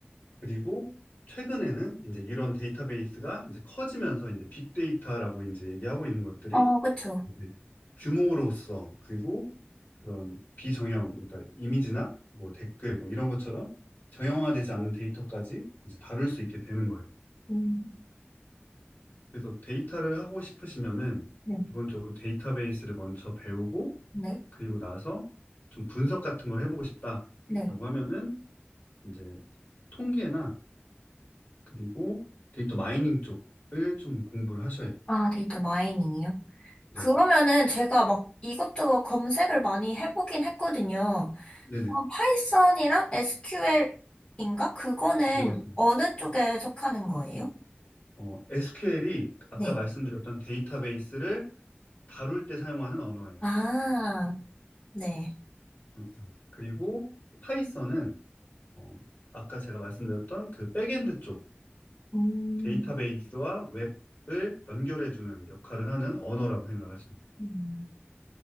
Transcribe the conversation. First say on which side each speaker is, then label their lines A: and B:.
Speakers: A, on the left; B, on the left.
A: 그리고 최근에는 이제 이런 데이터베이스가 이제 커지면서 이제 빅데이터라고 이제 얘기하고 있는 것들이
B: 어, 그쵸.
A: 이제 규모로서 그리고 그런 비정형, 그러니까 이미지나 뭐 댓글 뭐 이런 것처럼 정형화되지 않는 데이터까지 이제 다룰 수 있게 되는 거예요.
B: 음.
A: 그래서 데이터를 하고 싶으시면은
B: 네,
A: 기본적으로 데이터베이스를 먼저 배우고
B: 네,
A: 그리고 나서 좀 분석 같은 걸 해보고 싶다라고
B: 네.
A: 하면은 이제 통계나 그리고 데이터 마이닝 쪽을 좀 공부를 하셔야 돼요.
B: 아, 데이터 마이닝이요?
A: 네네.
B: 그러면은 제가 막 이것저것 검색을 많이 해보긴 했거든요.
A: 네네.
B: 그럼 파이썬이랑 SQL인가? 그거는
A: 네, 맞습니다.
B: 어느 쪽에 속하는 거예요?
A: 어, SQL이 아까
B: 네.
A: 말씀드렸던 데이터베이스를 다룰 때 사용하는 언어예요.
B: 아, 네.
A: 음, 음. 그리고 파이썬은 어, 아까 제가 말씀드렸던 그 백엔드 쪽
B: 음,
A: 데이터베이스와 웹을 연결해주는 역할을 하는 언어라고 생각하시면 돼요.
B: 음.